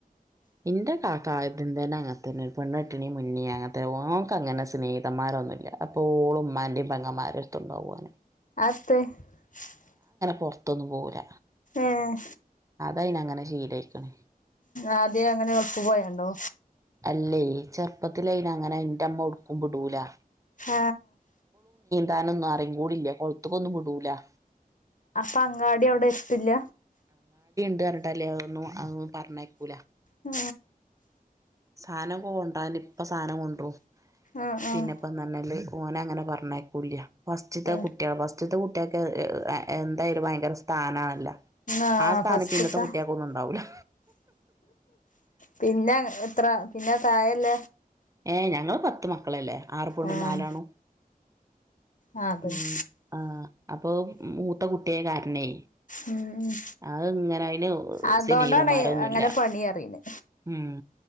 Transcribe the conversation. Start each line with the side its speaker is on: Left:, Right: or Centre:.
Right: എന്റെ കാക്ക ആദ്യം തന്നെ അങ്ങനത്തന്നെണ് പെണ്ണുകെട്ടാണമുന്നെ അങ്ങനതന്നെ ഓക്ക്ങ്ങനെ സ്നേഹിതം മാരൊന്നു ഇല്ല എപ്പോളും ഉമ്മാന്റെയും പെങ്ങമാരെ എടുത്തുണ്ടാവും ഓന്
Left: <unintelligible>
Right: പൊറത്തൊന്നും പോകൂല്ല
Left: ഏ ഏ
Right: അയിനങ്ങനെ ശീലായിക്കണ്
Left: ആദ്യം അങ്ങനെ പോയണ്ടോ
Right: അല്ലേ ചെറുപ്പത്തിലയിന് അങ്ങനെ ന്റെ അമ്മ എവ്ടെക്കും വിടൂലാ
Left: ആ
Right: താനൊന്നും അറിയും കൂടില്ല പൊറത്തെക്കൊന്നും വിടൂലാ
Left: അപ്പൊ അങ്ങാടി അവിടെ എത്തില്ല
Right: <unintelligible> പറഞ്ഞയക്കൂല
Left: ആ
Right: സാനം കോൺണ്ടാന് ഇപ്പോ സാനം കൊണ്ടോവും
Left: ആഹ് ആഹ്
Right: പിന്നെപ്പ എന്ത പറഞ്ഞാല് ഓനെ അങ്ങനെ പറഞ്ഞയക്കൂല്ല ഫസ്റ്റ്ത്തെ
Left: ഏഹ്
Right: കുട്ടിയാ ഫസ്റ്റ്ത്തെ കുട്ടിയക്ക് എന്തായാലും ഭയങ്കര സ്ഥാനാണല്ല
Left: ആഹ്
Right: ആ സ്ഥാനം
Left: ഫസ്റ്റ്ത്തെ
Right: ഇന്നത്തെ കുട്ടികൾക്ക് ഒന്നും ഇണ്ടാവൂല്ല
Left: പിന്നെ എത്ര പിന്നെ തായല്ല
Right: ഏ ഞങ്ങള് പത്ത് മക്കളല്ലേ ആറ് പെണ്ണും
Left: ആഹ്
Right: നാലാണ്ണും
Left: ആഹ് അതന്നെ
Right: ഉം ആ അപ്പൊ മൂത്ത കുട്ടിയായ കാരണെ
Left: ഉം ഉം
Right: അത് ഇങ്ങനെ അയിന്
Left: അതോണ്ടാണ്
Right: സനേഹിതന്മാരൊന്നുല്ല
Left: അങ്ങനെ പണി അറിണെ
Right: ഉം